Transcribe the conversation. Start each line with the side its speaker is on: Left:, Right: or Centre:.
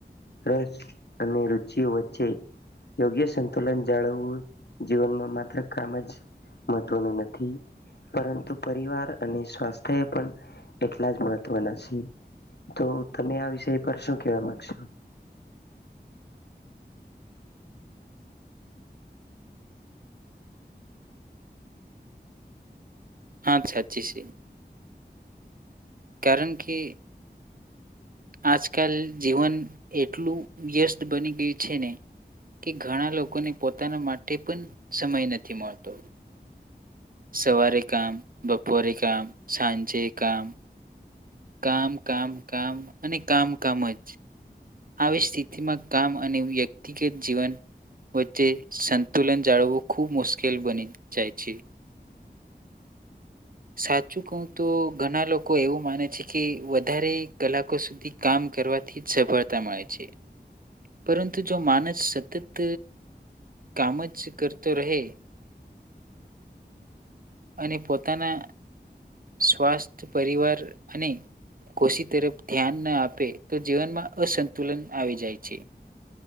Left: રસ અને રુચિઓ વચ્ચે યોગ્ય સંતુલન જાળવવું જીવનમાં માત્ર કામ જ મહત્વનું નથી. પરંતુ પરિવાર અને સ્વાસ્થ્ય પણ એટલા જ મહત્વના છે. તો તમે આ વિષય પર શું કેવા માંગશો.
Right: હા છાચી છે. કારણ કે આજકાલ જીવન એટલું વ્યસ્ત બની ગયું છે. ને કે ઘણા લોકોને પોતાના માટે પણ સમય નથી મળતો. સવારે કામ, બપોરે કામ, સાંજે કામ, કામ કામ કામ અને કામ કામ જ આવી સ્થિતિમાં કામ અને વ્યક્તિગત જીવન વ ચ્ચે સંતુલન જાળવું ખૂબ મુશ્કેલ બની જાય છે. સાચું કઉ તો ઘણા લોકો એવું માને છે કે વધારે કલાકો સુધી કામ કરવાથી જ સફળતા મળે છે. પરંતુ જો માણસ સતત કામ જ કરતો રહે અને પોતાના સ્વાસ્થ્ય, પરિવાર અને ખુશી તરફ ધ્યાન ના આપે તો જીવનમાં અસંતુલન આવી જાય છે.